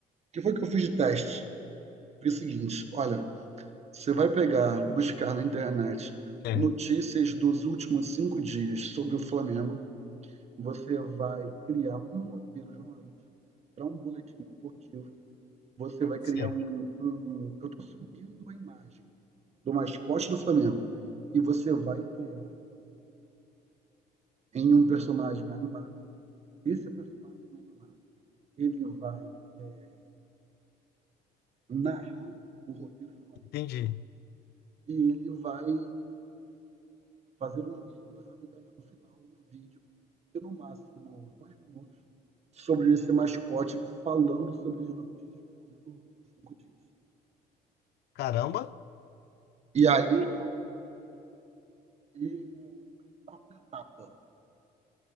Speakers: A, on the right (about 40°); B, on the left (about 75°).
A: que foi que eu fiz de teste? Foi o seguinte, olha, você vai pegar, buscar na internet
B: É,
A: notícias dos últimos cinco dias sobre o Flamengo, você vai criar um roteiro jornalístico para um boletim esportivo, você vai criar
B: certo.
A: um... um eu estou subindo a imagem do mascote do Flamengo e você vai criar em um personagem animado Esse personagem animado, ele vai eh, narrar o roteiro jornalístico
B: Entendi.
A: e ele vai fazer um vídeo, e você vai me entregar no final um vídeo de no máximo dois minutos sobre esse mascote falando sobre as notícias do Flamengo nos cinco dias.
B: Caramba,
A: E aí, cara, e é etapa.